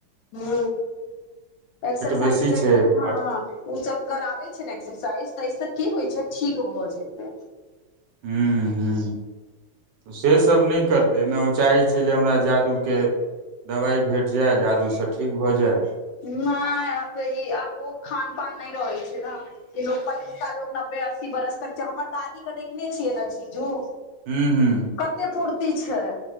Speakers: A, on the left; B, on the right.
A: हू एक्सरसइज
B: बेसी
A: कैरथै
B: छै
A: हँ
B: अठ-
A: उ सब कराबै छै ने एक्सरसाइज त एहिसँ की होइ छैय ठीक भऽ जेते
B: हू हू से सब नहि करतै न ओ चाहै छै जे हमरा जादूके दबाइ भेट जाय जादूसँ ठीक भऽ जाय
A: नहि अब ई आब ओ खान पान नहि रहै छैय न कि लोक पहिलुक्का लोक नब्बे अस्सी बरस तक छै हमर दादी के देखने छियै ने झीझू
B: हू हू
A: कते फुर्ति छै